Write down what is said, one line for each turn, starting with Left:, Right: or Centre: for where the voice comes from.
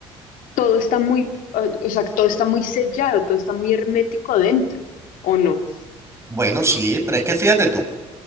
Left: todo está muy, o sea, todo está muy sellado, todo está muy hermético dentro, ¿o no?
Right: bueno, sí, pero es que fíjate tú.